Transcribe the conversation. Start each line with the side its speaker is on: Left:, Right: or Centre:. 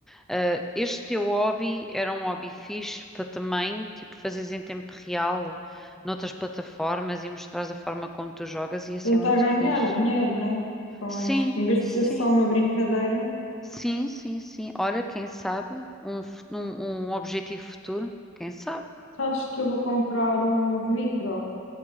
Centre: ah, este teu hobby era um hobby fixe para também, tipo, fazeres em tempo real noutras plataformas e mostrares a forma como tu jogas, ia ser
Left: Tentar
Centre: muito
Left: ganhar
Centre: fixe.
Left: dinheiro, né? Com
Centre: Sim,
Left: este, em vez
Centre: sim,
Left: de ser só uma brincadeira,
Centre: sim, sim, sim. Olha, quem sabe um, fu- um, um objetivo futuro, quem sabe?
Left: acho que eu vou comprar um novo micro,